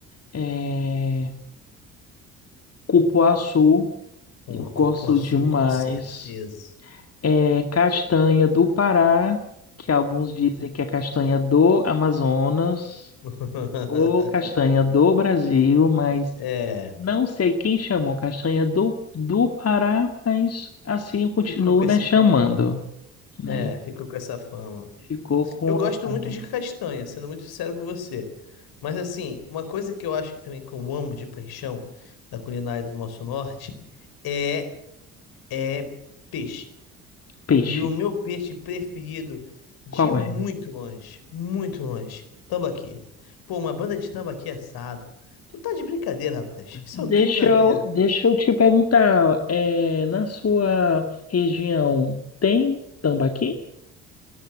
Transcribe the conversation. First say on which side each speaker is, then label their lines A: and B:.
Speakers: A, on the left; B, on the left.
A: é, cupuaçu,
B: O
A: eu
B: cupuaçu,
A: gosto demais.
B: com certeza.
A: É
B: Cu-
A: castanha do Pará, que alguns dizem que é castanha do Amazonas,
B: <laughs>
A: ou castanha do Brasil, mas
B: É,
A: não sei quem chamou castanha do, do Pará, mas assim eu continuo,
B: ficou com esse
A: né, chamando,
B: fama.
A: né?
B: É, ficou com essa fama.
A: Ficou com
B: Eu gosto
A: a fama.
B: muito de castanha, sendo muito sincero com você. Mas assim, uma coisa que eu acho que também que eu amo de paixão da culinária do nosso norte é é peixe.
A: Peixe,
B: E o meu peixe preferido de
A: qual
B: muito
A: é?
B: longe, muito longe, tambaqui. Pô, uma banda de tambaqui assado. Tu tá de brincadeira, rapaz. Isso
A: Deixa
B: é um crime na
A: eu,
B: terra.
A: deixa eu te perguntar, é, na sua região tem tambaqui?